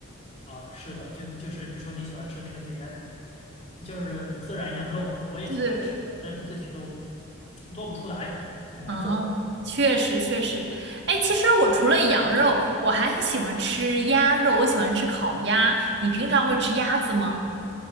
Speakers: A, on the left; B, on the right.
A: 啊，是的，就就是你说你喜欢吃那个孜然，就是孜然羊肉嘛，我也挺爱吃的，
B: 对对对，
A: 但是自己都做不出来，很难做。
B: 啊，确实确实。哎，其实我除了羊肉，我还很喜欢吃鸭肉，我喜欢吃烤鸭。你平常会吃鸭子吗？